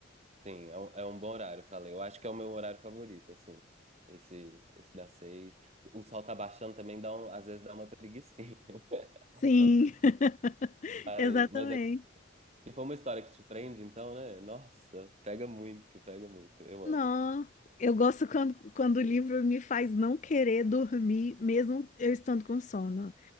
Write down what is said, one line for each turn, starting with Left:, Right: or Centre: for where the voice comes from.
Right: Sim, é um, é um bom horário pra ler. Eu acho que é o meu horário favorito, assim. Esse, esse das seis. O sol tá baixando também, dá um, às vezes dá uma preguicinha. <laughs>
Left: Sim, <laughs>
Right: Mas,
Left: exatamente.
Right: mas é- se for uma história que te prende, então, né? Nossa, pega muito, pega muito. Eu
Left: Não,
Right: amo.
Left: eu gosto quando, quando o livro me faz não querer dormir, mesmo eu estando com sono.